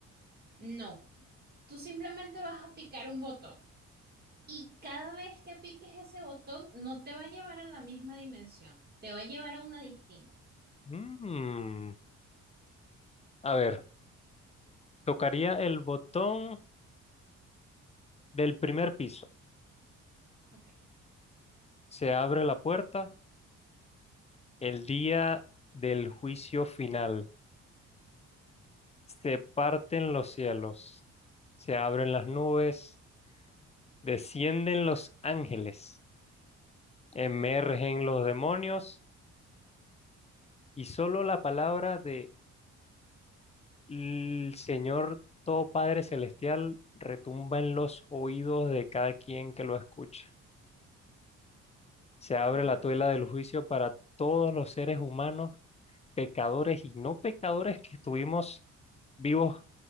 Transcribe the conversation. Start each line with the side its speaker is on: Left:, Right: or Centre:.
Right: No, tú simplemente vas a picar un botón y cada vez que piques ese botón no te va a llevar a la misma dimensión, te va a llevar a una distinta.
Left: Mm, A ver, tocaría el botón del primer piso.
Right: Ok,
Left: Se abre la puerta el día del juicio final. Se parten los cielos. Se abren las nubes Descienden los ángeles, emergen los demonios y solo la palabra de el Señor Todo Padre Celestial retumba en los oídos de cada quien que lo escucha. Se abre
Right: ya.
Left: la tuela del juicio para todos los seres humanos, pecadores y no pecadores que estuvimos vivos